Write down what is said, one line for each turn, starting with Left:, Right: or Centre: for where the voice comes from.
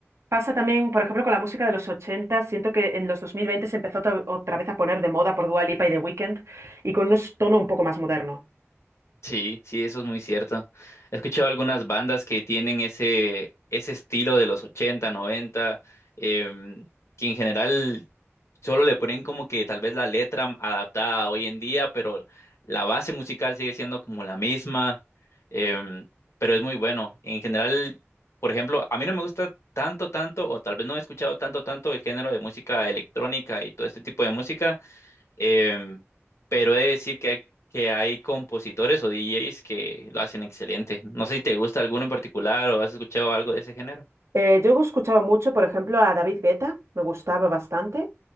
Right: Pasa también, por ejemplo, con la música de los ochenta Siento que en los 2020 se empezó otra otra vez a poner de moda por Dua Lipa y The Weeknd y con un tono un poco más moderno.
Left: Sí, sí, eso es muy cierto. He escuchado algunas bandas que tienen ese, ese estilo de los 80, 90, em, que en general solo le ponen como que tal vez la letra adaptada a hoy en día, pero la base musical sigue siendo como la misma, em, pero es muy bueno. En general, por ejemplo, a mí no me gusta tanto, tanto, o tal vez no he escuchado tanto, tanto el género de música electrónica y todo este tipo de música. Em, pero he de decir que hay, que hay compositores o DJs que lo hacen excelente. No sé si te gusta alguno en particular o has escuchado algo de ese género.
Right: Eh, yo escuchaba mucho, por ejemplo, a David Guetta, me gustaba bastante.